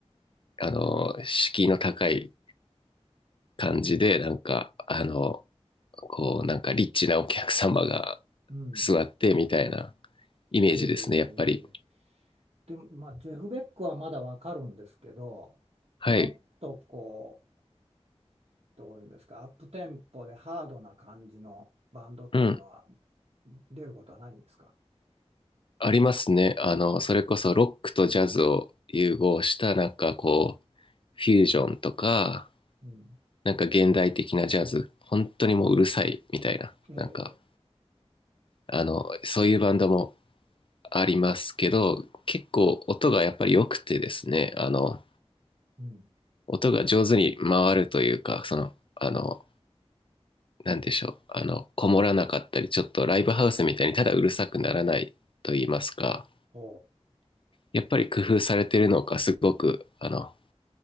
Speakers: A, on the left; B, on the right.
A: あの、敷居の高い感じで、なんか、あの、こう、なんかリッチなお客様が
B: うん。
A: 座ってみたいなイメージですね、
B: へ
A: やっぱり。
B: え。でも、まあ、ジェフ・ベックはまだわかるんですけど、
A: はい。
B: もっとこう、どういうんですか、アップテンポでハードな感じのバンドっていうのは
A: うん。
B: 出ることはないんですか
A: ありますね。あの、それこそロックとジャズを融合したなんかこう、フュージョンとか、
B: うん。
A: なんか現代的なジャズ、本当にもううるさいみたいな、
B: ええ、
A: なんか、
B: え
A: あの、そういうバンドもありますけど、結構音がやっぱり良くてですね、あの、
B: えうん。
A: 音が上手に回るというか、その、あの、なんでしょう、あの、こもらなかったり、ちょっとライブハウスみたいにただうるさくならないと言いますか、
B: ほ
A: やっぱり工夫されてるのか、すごく、あの、